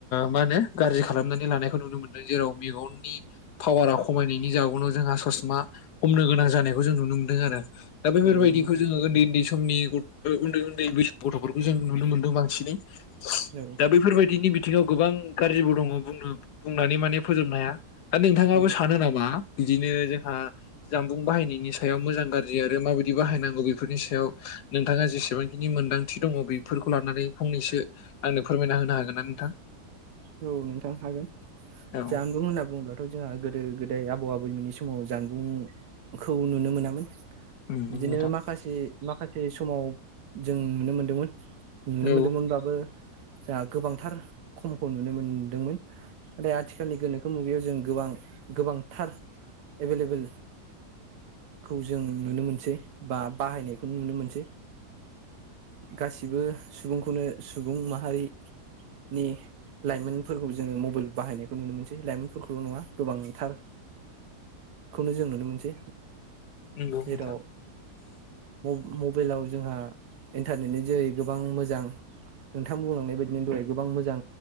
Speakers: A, on the left; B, on the right.
A: मा होनो गाज्रि खालामनानै लानायखौ नुनो मोनदों। जेराव मेगननि पावारा ख खमायनायनि जाउनाव जोंहा ससमा हमनो गोनां जानायखौ जों नुनो मोनदों आरो। दा बेफोरबायदिखौ
B: औ नंगौ नोंथां
A: जोङो उन्दै उन्दै समनि गथ उन्दै उन्दै बैसो गथ' फोरखौ जों नुनो मोनदों बांसिनै
B: औ
A: दा बैफोरबायदिनि बिथिङाव गोबां गाज्रिबो दङ बुंनो बुंनानै माने फोजोबनो हाया। दा नोंथाङाबो
B: औ
A: सानो नामा बिदिनो जोंहा जामबुं बाहायनायनि सायाव मोजां गाज्रि आरो माबायदि बाहायनांगौ बेफोरनि सायाव नोंथाङा जेसेबांखिनि मोन्दांथि दङ बेफोरखौ लानानै फंनैसो आंनो फोरमायना होनो हागोन ना नोंथां?
B: औ नोंथां हागोन जामबुं
A: औ
B: होनना बुंङोब्लाथ' जोंहा गोद गोदो गोदाय आबौ आबैमोननि समाव जानबुंखौ नुनो मोनामोन।
A: उम
B: बिदिनो
A: नंगौ नोंथां
B: माखासे माखासे समाव जों नुनो मोनदोंमोन नुनो
A: औ
B: मोन्दोंमोनब्लाबो जोंहा गोबांथार खमखौ नुनो मोनदोंमोन। नाथाय आथिखालनि गोनोखो मुगायाव जों गोबां गोबांथार एभेलेबेल खौ जों नुनो मोनसै बा बाहायनायखौ नुनो मोनसै। गासिबो सुबुंखौनो सुबुं माहारिनि लाइमोनफोरखौ जोङो मबाइल बाहायनायखौ नुनो मोनसै। लाइमोनफोरखौल नङा गोबांथार खौनो जों नुनो मोनसै
A: नंगौ
B: जेराव
A: नोंथां
B: मबाइलाव जोंहा इन्टारनेटनि जोहै गोबां मोजां नोंथां बुंलांनाय बायदिनो दहाय गोबां मोजां